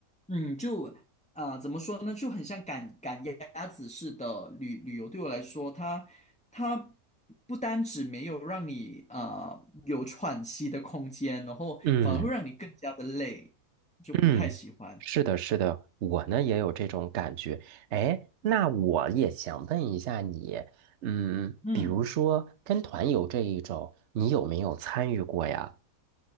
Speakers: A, in the centre; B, on the right.
A: 嗯，就啊、呃怎么说呢，就很像赶赶鸭子似的旅旅游。对我来说，它它不单只没有让你啊有喘息的空间，然后反而会让你更加的累，
B: 嗯。
A: 就不太喜欢。
B: 嗯，是的，是的，我呢也有这种感觉。哎，那我也想问一下你，嗯，
A: 嗯。
B: 比如说跟团游这一种，你有没有参与过呀？